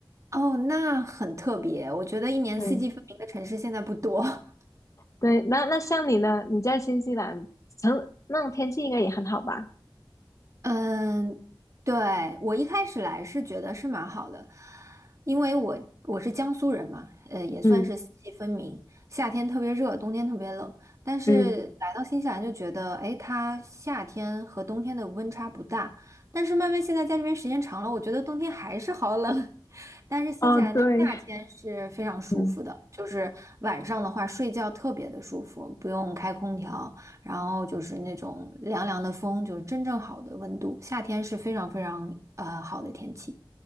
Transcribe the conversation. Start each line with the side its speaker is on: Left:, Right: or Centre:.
Right: 哦，那很特别。我觉得一年四季分明的城市现在不多。
Left: 嗯，
Right: <laughs>
Left: 对，那那像你呢？你在新西兰，成那种天气应该也很好吧？
Right: 嗯，对，我一开始来是觉得是蛮好的，因为我我是江苏人嘛，呃，也算是四季分明，
Left: 嗯
Right: 夏天特别热，冬天特别冷。但是来到新西兰就觉得，
Left: 嗯，
Right: 哎，它夏天和冬天的温差不大。但是慢慢现在在这边时间长了，我觉得冬天还是好冷，<laughs> 但是新西兰的夏天是非常舒服的，
Left: 哦对，<laughs> 嗯
Right: 就是晚上的话睡觉特别的舒服，不用开空调。然后就是那种凉凉的风，就是真正好的温度。夏天是非常非常呃好的天气。